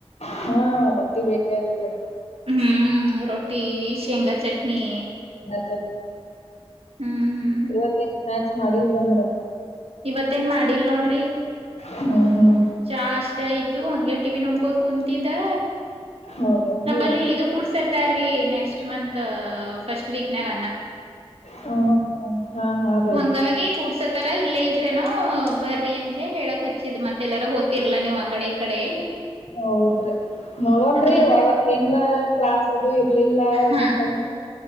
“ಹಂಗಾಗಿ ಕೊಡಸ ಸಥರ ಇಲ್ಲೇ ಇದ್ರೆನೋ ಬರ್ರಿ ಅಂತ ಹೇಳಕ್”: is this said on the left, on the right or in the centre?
Right